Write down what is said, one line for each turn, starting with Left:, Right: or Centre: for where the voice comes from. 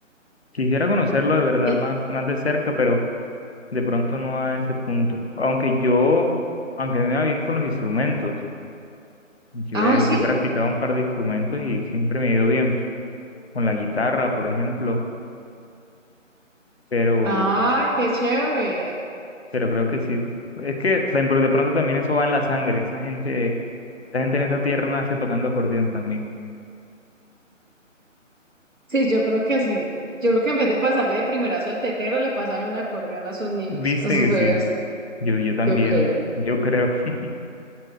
Left: quisiera conocerlo de verdad
Right: El,
Left: más, más de cerca, pero de pronto no a ese punto. Aunque yo, aunque me va bien con los instrumentos. Yo
Right: ah,
Left: he,
Right: sí.
Left: yo he practicado un par de instrumentos y siempre me ha ido bien, con la guitarra, por ejemplo, pero,
Right: Ay, qué chévere.
Left: pero creo que sí. Es que de, pr- de pronto también eso va en la sangre, esa gente, esa gente en esa tierra nace tocando acordeón también.
Right: Sí, yo creo que sí. Yo creo que en vez de pasarle de primerazo al tetero, le pasan un acordeón a sus niños,
Left: Viste
Right: a sus
Left: que
Right: bebés.
Left: sí, yo, yo también,
Right: Yo creo.
Left: yo creo. <laughs>